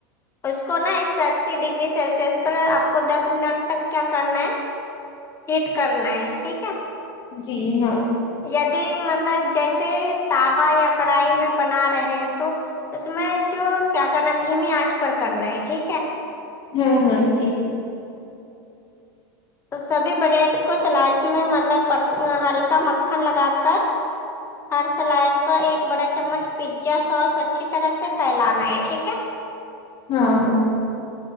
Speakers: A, on the left; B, on the left.
A: اس کو نا ایک سو اسی ڈگری سیلسس پر آپ کو دس منٹ تک کیا کرنا ہے ہیٹ کرنا ہے ٹھیک ہے
B: جی ہاں
A: یدی مطلب جیسے توا یا کڑھائی میں بنا رہے ہیں تو اس میں جو کیا کرنا دھیمی آنچ پر کرنا ہے ٹھیک ہے
B: ہاں ہاں جی
A: سبھی بریڈ کو سلائس میں مطلب ہلکا مکھن لگا کر ہر سلائس پر ایک بڑا چمچ پیتزا سوس اچھی طرح سے پھیلانا ہے ٹھیک ہے
B: ہاں ہاں